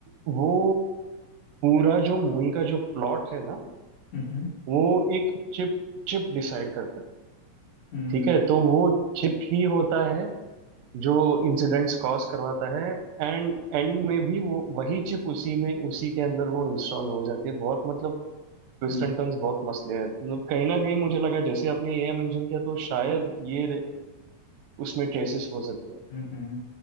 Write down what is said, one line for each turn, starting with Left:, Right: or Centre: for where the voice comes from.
Right: वो पूरा जो मूवी का जो प्लॉट है ना
Left: हम्म
Right: वो एक चिप चिप डिसाइड करता है
Left: हम्म
Right: ठीक है तो वो चिप ही होता है जो इंसिडेंट्स कॉज करवाता है एंड एंड में भी वो वही चिप उसी में उसी के अंदर वो इंस्टॉल हो जाती है बहुत मतलब ट्विस्ट
Left: हम्म
Right: एंड टर्न्स बहुत मस्त है मतलब कहीं ना कहीं मुझे लगा जैसे आपने ये मेंशन किया तो शायद ये उसमें केसेस हो सकते हैं
Left: हम्म